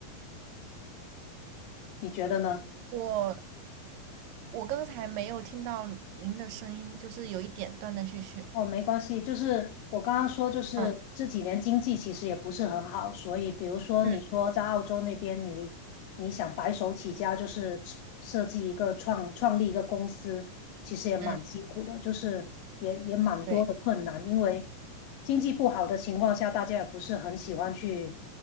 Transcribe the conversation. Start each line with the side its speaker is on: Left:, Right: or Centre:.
Left: <laughs> 你觉得呢？
Right: 我我刚才没有听到您的声音，就是有一点断断续续。
Left: 哦，没关系，就是我刚刚说，就是这几年经济其实也不是很好，
Right: 嗯
Left: 所以比如说你说在澳洲那边你，
Right: 嗯
Left: 你想白手起家，就是设计一个创创立一个公司，其实也蛮辛苦的，
Right: 嗯，
Left: 就是也也蛮多的困难，
Right: 对，
Left: 因为经济不好的情况下，大家也不是很喜欢去